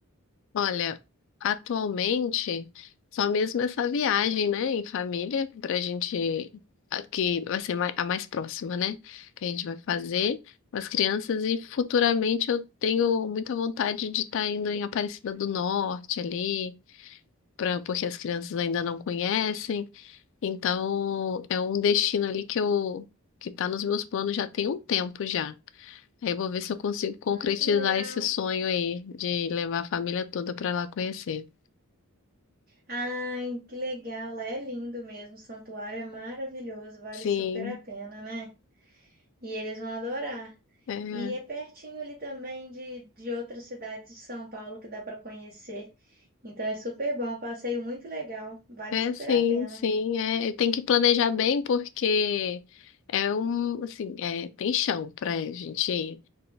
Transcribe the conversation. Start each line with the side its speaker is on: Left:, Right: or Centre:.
Left: Olha, atualmente, só mesmo essa viagem, né, em família, pra gente, a- que vai ser mai- a mais próxima, né, que a gente vai fazer com as crianças e futuramente eu tenho muita vontade de estar indo em Aparecida do Norte ali, pra, porque as crianças ainda não conhecem, então é um destino ali que eu, que tá nos meus planos já tem um tempo já. Aí eu vou ver se eu consigo concretizar
Right: Ai, que legal.
Left: esse sonho aí de levar a família toda para lá conhecer.
Right: Ai, que legal, lá é lindo mesmo, o santuário é maravilhoso, vale
Left: Sim,
Right: super a pena, né? E eles vão adorar.
Left: é,
Right: E é pertinho ali também de, de outras cidades de São Paulo que dá para conhecer. Então é super bom, um passeio muito legal, vale
Left: é
Right: super
Left: sim,
Right: a pena.
Left: sim, é, e tem que planejar bem porque é um, assim, é, tem chão pra gente ir.